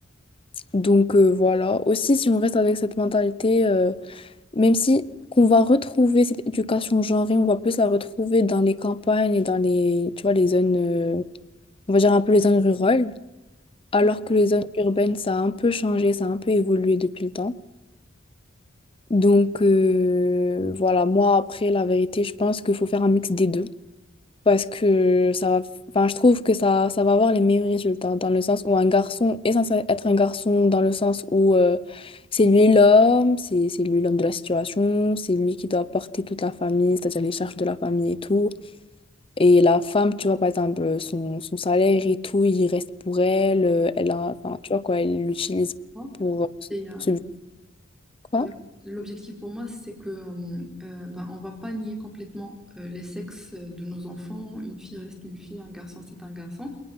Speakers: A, on the left; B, in the centre.
A: Donc euh, voilà, aussi si on reste avec cette mentalité... euh, même si qu'on va retrouver cette éducation genrée, on va plus la retrouver dans les campagnes et dans les, tu vois, les zones, euh, on va dire un peu les zones rurales, alors
B: Ouais.
A: que les zones urbaines, ça a un peu changé, ça a un peu évolué depuis le temps. Donc euh, voilà, moi après, la vérité, je pense qu'il faut faire un mix des deux parce que ça va, enfin, je trouve que ça, ça va avoir les meilleurs résultats dans le sens où un garçon est censé être un garçon, dans le sens où euh, c'est lui l'homme, c'est c'est lui l'homme de la situation, c'est lui qui doit porter toute la famille, c'est-à-dire les charges de la famille et tout. Et la femme, tu vois, par exemple, son, son salaire et tout, il reste pour elle, euh, elle a, enfin, tu vois quoi, elle l'utilise
B: Bon.
A: pour, euh,
B: Et, euh,
A: pour subvenir, quoi.
B: Ben, l'objectif pour moi, c'est que euh, ben, on va pas nier complètement euh, les sexes euh, de nos enfants. Une fille reste une fille, un garçon c'est un garçon.